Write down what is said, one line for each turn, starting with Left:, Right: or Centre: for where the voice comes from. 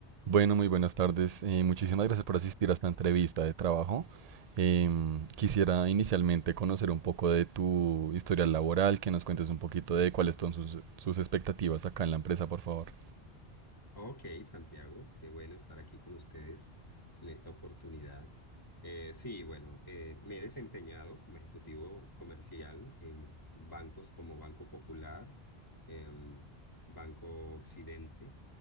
Right: Bueno, muy buenas tardes. Eh, muchísimas gracias por asistir a esta entrevista de trabajo. Em, quisiera inicialmente conocer un poco de tu historial laboral, que nos cuentes un poquito de cuáles son sus, sus expectativas acá en la empresa, por favor.
Left: Ok, Santiago, qué bueno estar aquí con ustedes en esta oportunidad. Eh, sí, bueno, eh, me he desempeñado como ejecutivo comercial en bancos como Banco Popular, em, Banco Occidente